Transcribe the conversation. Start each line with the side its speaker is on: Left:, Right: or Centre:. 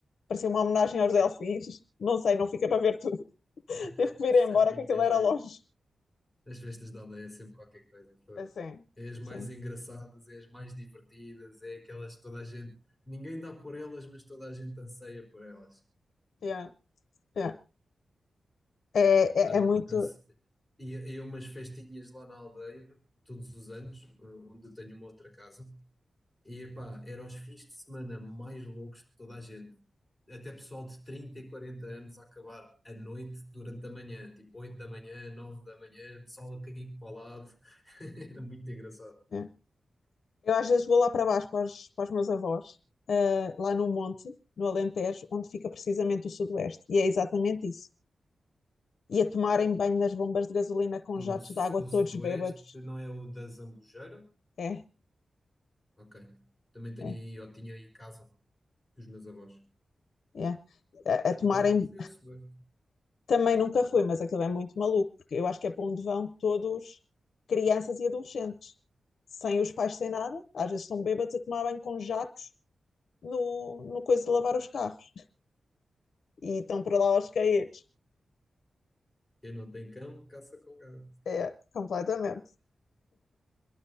Left: Parecia uma homenagem aos Delfins. Não sei, não fica para ver tudo. <laughs>
Centre: <laughs>
Left: Teve que vir
Centre: Isso
Left: embora,
Centre: é muito
Left: que aquilo
Centre: giro.
Left: era longe.
Centre: As festas da aldeia é sempre qualquer coisa. fogo.
Left: Assim,
Centre: É as mais
Left: sim.
Centre: engraçadas, é as mais divertidas, é aquelas que toda a gente. Ninguém dá por elas, mas toda a gente anseia por elas.
Left: Yeah, yeah. É,
Centre: Olha,
Left: é, é muito.
Centre: por acaso, ia, ia a umas festinhas lá na aldeia, todos os anos, eh, onde eu tenho uma outra casa. E epá, eram os fins de semana mais loucos de toda a gente. Até pessoal de 30 e 40 anos a acabar à noite durante a manhã, tipo 8 da manhã, 9 da manhã, pessoal a cair para o lado. <laughs> Era muito engraçado.
Left: é. Eu às vezes vou lá para baixo para os, para os meus avós, ah, lá no monte, no Alentejo, onde fica precisamente o Sudoeste. E é exatamente isso. E a tomarem banho nas bombas de gasolina com
Centre: O,
Left: jatos
Centre: su-
Left: de água
Centre: o sudoeste
Left: todos bêbados.
Centre: não é o da Zambujeira?
Left: É,
Centre: Ok. Também tenho
Left: é,
Centre: aí, eu tinha aí casa dos meus avós.
Left: é. A,
Centre: Mas
Left: a tomarem.
Centre: por acaso nunca fui ao sudoeste.
Left: Também nunca fui, mas aquilo é muito maluco, porque eu acho que é para onde vão todos crianças e adolescentes, sem os pais, sem nada. Às vezes estão bêbados a tomar banho com jatos no, no coisa de lavar os carros. E estão para lá aos caídos.
Centre: Quem não tem cão, caça com gato.
Left: É, completamente.